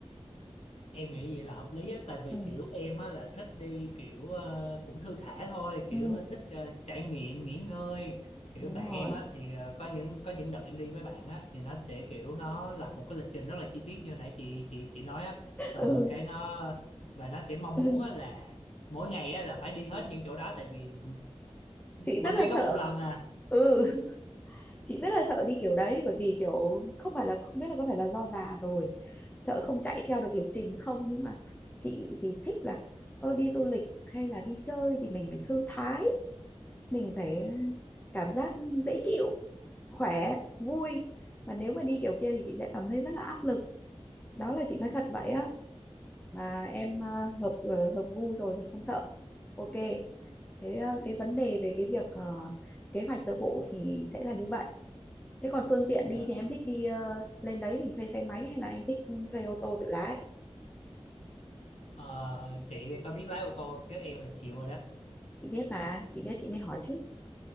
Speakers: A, on the left (about 75°); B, on the left (about 15°).
A: em nghĩ vậy là hợp lý á tại vì
B: ừ
A: kiểu em á là thích đi kiểu ờ, cũng thư thả thôi kiểu
B: ừ
A: thích ờ, trải nghiệm nghỉ ngơi kiểu
B: đúng
A: bạn
B: rồi
A: em á thì ờ, có những có những đợt em đi với bạn á thì nó sẽ kiểu nó lập một cái lịch trình rất là chi tiết như nãy chị chị chị nói á xong
B: ừ
A: rồi cái nó và nó sẽ mong
B: <laughs>
A: muốn á là mỗi ngày á là phải đi hết những chỗ đó tại vì mình
B: chị rất
A: đi
B: là
A: có
B: sợ
A: một lần à
B: ừ <laughs> chị rất là sợ đi kiểu đấy bởi vì kiểu không phải là không biết là có phải là do già rồi sợ không chạy theo được lịch trình không nhưng mà chị thì thích là ơ đi du lịch hay là đi chơi thì mình phải thư thái mình phải cảm giác dễ chịu khỏe vui mà nếu mà đi kiểu kia thì chị sẽ cảm thấy rất là áp lực đó là chị nói thật vậy á mà em ờ, hợp ờ, hợp gu rồi thì không sợ ok thế ờ, cái vấn đề về cái việc ờ, kế hoạch sơ bộ thì sẽ là như vậy thế còn phương tiện
A: Dạ.
B: đi thì em thích đi ờ, lên đấy mình thuê xe máy hay là em thích ừ, thuê ô tô tự lái
A: Ờ, chị thì có biết lái ô tô không chứ em là chịu rồi đó
B: chị biết mà chị biết chị mới hỏi chứ